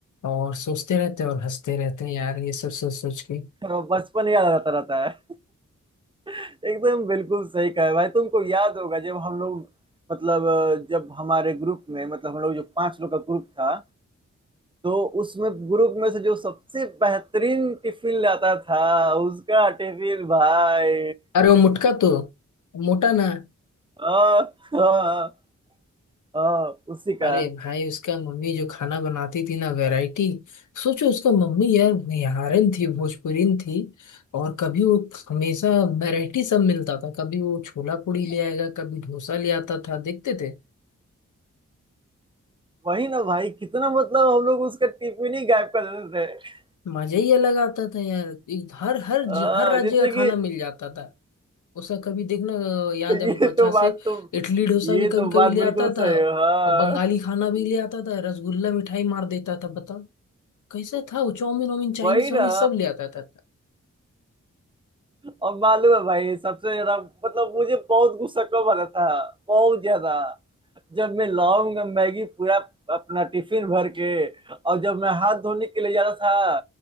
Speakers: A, on the left; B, on the right.
A: और सोचते रहते हैं और हंसते रहते हैं यार ये सब सोच सोच के
B: तो बचपन याद आता रहता है एकदम बिल्कुल सही कहा है भाई तुमको याद होगा जब हम लोग मतलब जब हमारे ग्रुप में मतलब हम लोग जो पांच लोग का ग्रुप था तो उसमें ग्रुप में से जो सबसे बेहतरीन टिफिन लाता था उसका टिफिन भाई
A: अरे वो मुटका तो मोटा ना
B: आ, आ, आ, उसी का
A: अरे भाई उसका मम्मी जो खाना बनाती थी ना वैरायटी सोचो उसका मम्मी यार बिहारिन थी भोजपुरीन थी और कभी वो हमेशा वैरायटी सब मिलता था कभी वो छोला पूड़ी ले आएगा कभी डोसा ले आता था देखते थे
B: वही ना भाई कितना मतलब हम लोग उसका टिफिन ही गायब कर देते थे
A: मजा ही अलग आता था यार एक- हर हर
B: हाँ,
A: हर राज्य
B: जैसे
A: का
B: कि
A: खाना मिल जाता था उसका कभी देखना अ, याद
B: <laughs> ये
A: है हमको अच्छा
B: तो बात
A: से
B: तुम
A: इडली डोसा
B: ये
A: भी कभी
B: तो बात
A: कभी ले
B: बिल्कुल
A: आता था
B: सही है हाँ
A: और बंगाली खाना भी ले आता था रसगुल्ला मिठाई मार देता था बताओ कैसा था वो चाउमीन वाउमीन चाइनीज
B: वही ना
A: वाइनीज सब ले आता था
B: और मालूम है भाई सबसे ज्यादा मतलब मुझे बहुत गुस्सा कब आता था बहुत ज्यादा जब मैं लाऊंगा मैगी पूरा अपना टिफिन भर के और जब मैं हाथ धोने के लिए जाता था